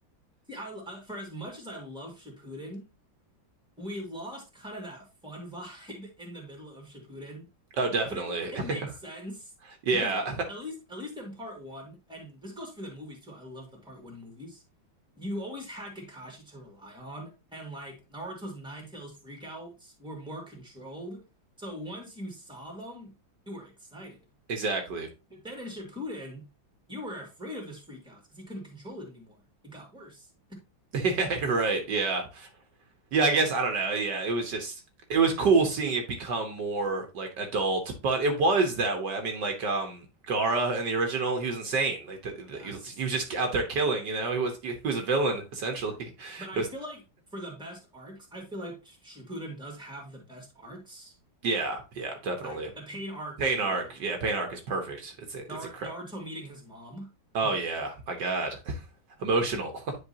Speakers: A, in the centre; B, on the right.
A: see, I, I- for as much as I love Shippuden, we lost kind of that fun <laughs> vibe in the middle of Shippuden.
B: <laughs> Oh, definitely.
A: But it it makes sense
B: <laughs> Yeah.
A: because Yeah. at least at least in part one, and this goes for the movies too. I love the part one movies. You always had Kakashi to rely on, and like Naruto's Nine Tails freakouts were more controlled. So once you saw them, you were excited.
B: <laughs> Exactly.
A: But then in Shippuden, you were afraid of his freakouts because he couldn't control it anymore. It got worse.
B: <laughs> Yeah, you're right. Yeah. Yeah, I guess I don't know. Yeah, it was just it was cool seeing it become more like adult, but it was that way. I mean, like um Gaara in the original, he was insane. Like the, the,
A: Yes.
B: he was, he was just out there killing, you know. He was he, he was a villain essentially. <laughs>
A: But I
B: It was
A: feel like for the best arcs, I feel like Shippuden does have the best arcs.
B: yeah, yeah, definitely.
A: Like the pain arc
B: Pain
A: was amazing.
B: arc, yeah, Pain arc is perfect. It's it's
A: Nar
B: incredible.
A: Naruto meeting his mom.
B: Oh
A: Amazing.
B: yeah, my God, <laughs> emotional.